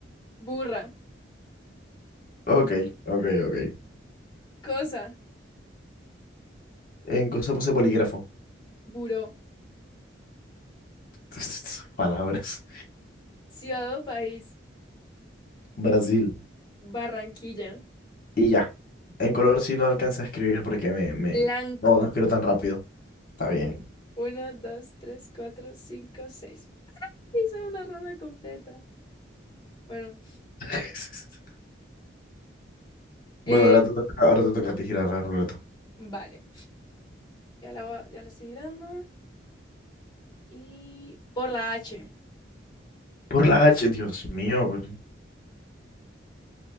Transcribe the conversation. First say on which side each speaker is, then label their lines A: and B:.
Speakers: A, on the left; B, on the left.
A: Burra.
B: Ok, ok, ok.
A: Cosa.
B: En cosa puse bolígrafo.
A: Buró.
B: <laughs> Palabras.
A: Ciudad o país.
B: Brasil.
A: Barranquilla.
B: Y ya. En color sí no alcanza a escribir porque me, me...
A: Blanco.
B: No, no escribo tan rápido. Está bien.
A: Uno, dos, tres, cuatro, cinco, seis. Hice una ronda completa. Bueno,
B: <laughs> Bueno,
A: eh,
B: ahora te toca, ahora te toca a ti girar la ruleta.
A: vale. Ya la, va- ya la estoy girando. Y por la H.
B: Por la H, Dios mío. pero-